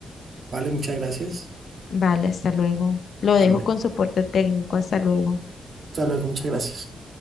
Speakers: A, on the right (about 55°); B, on the left (about 65°).
A: Vale, muchas gracias.
B: Vale, hasta luego. Lo dejo
A: Hasta luego.
B: con soporte técnico. Hasta luego.
A: Hasta luego, muchas gracias.